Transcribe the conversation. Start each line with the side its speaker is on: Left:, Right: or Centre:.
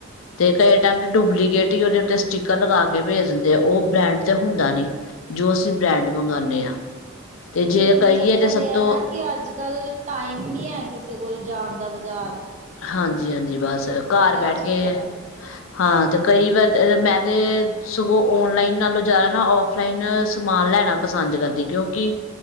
Left: ਤੇ ਕਈ ਟਾਈਮ ਤੇ ਡੁਪਲੀਕੇਟ ਈ ਉਹਦੇ ਉੱਤੇ ਸਟਿਕਰ ਲਗਾ ਕੇ ਭੇਜ ਦਿੰਦੇ ਆ ਉਹ ਬ੍ਰੈਂਡ ਤੇ ਹੁੰਦਾ ਨੀ। ਜੋ ਅਸੀਂ ਬ੍ਰੈਂਡ ਮੰਗਾਨੇ ਆ, ਤੇ ਜੇ
Right: ਲੇਕਿਨ
Left: ਕਹੀਏ
Right: ਚੱਕਰ
Left: ਤਾਂ ਸਭ
Right: ਇਹ ਹੈ
Left: ਤੋਂ
Right: ਨਾ ਕਿ ਅੱਜਕੱਲ ਟਾਈਮ ਨੀ ਹੈ ਕਿਸੇ ਕੋਲ ਜਾਣ ਦਾ ਬਜ਼ਾਰ।
Left: ਹਾਂਜੀ-ਹਾਂਜੀ ਬਸ ਘਰ ਬੈਠ
Right: ਚੱਕਰ
Left: ਕੇ
Right: ਹੈ
Left: ਹਾਂ ਤੇ ਕਈ ਵਾਰ ਮੈਂ ਤੇ ਸਗੋਂ ਔਨਲਾਈਨ ਨਾਲੋਂ ਜ਼ਿਆਦਾ ਨਾ ਔਫਲਾਈਨ ਸਮਾਨ ਲੈਣਾ ਪਸੰਦ ਕਰਦੀ ਕਿਉਂਕਿ